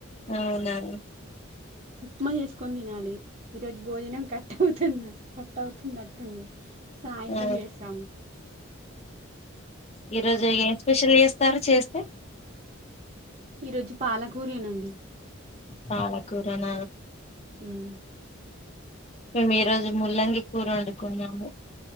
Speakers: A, on the left (about 30°); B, on the right (about 30°).
A: అవునాఅవును
B: ఉప్మా చేసుకొని తినాలి ఈ రోజు భోజనం కట్ట అవుతుంది కట్ట అవుతుంది అట్టుంది సాయంత్రం
A: ఆ
B: వేసిన
A: ఈ రోజు ఏం స్పెషల్ చేస్తారు చేస్తే
B: ఈరోజు పాలకూరేనండి
A: పాలకూరన
B: హ్మ్.
A: మేము ఈ రోజు ముల్లంగి కూర వండుకున్నాము